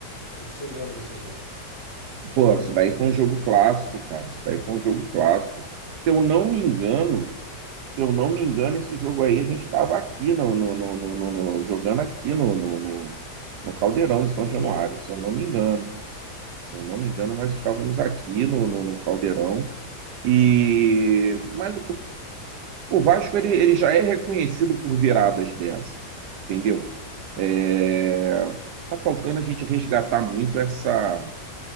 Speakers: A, on the left (about 85°); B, on the right (about 75°).
A: Não sei se você lembra desse jogo.
B: Pô, isso daí foi um jogo clássico, cara. Isso daí foi um jogo clássico. Se eu não me engano, se eu não me engano, esse jogo aí a gente estava aqui no, no- no- no- no- no- jogando aqui no, no, no- no Caldeirão, em São
A: No
B: Januário,
A: Rio, né?
B: se eu não me engano. Se eu não me engano, nós estávamos aqui no, no, no Caldeirão. E mas o O Vasco ele, ele já é reconhecido por viradas dessa, entendeu? É, tá faltando a gente resgatar muito essa